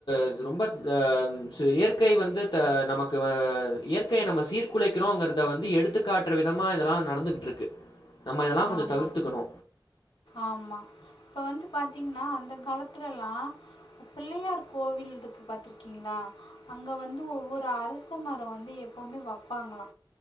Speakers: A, on the left; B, on the left.
A: இது ரொம்பத் அ ம் சு இயற்கை வந்து த நமக்கு வ இயற்கைய நம்ம சீர்குலைக்றோங்றத வந்து எடுத்துக் காட்ற விதமா இதெல்லா நடந்துக்கிட்ருக்கு நம்ம இதெல்லா கொஞ்ச
B: ஆமாம்
A: தவிர்த்துக்கணு
B: ஆமா இப்ப வந்து பாத்தீங்ன்னா அந்த காலத்துலல்லா பிள்ளையார் கோவில் இருக்கு பாத்திருக்கீங்ளா அங்க வந்து ஒவ்வொரு அரச மரம் வந்து எப்பவுமே வப்பாங்களா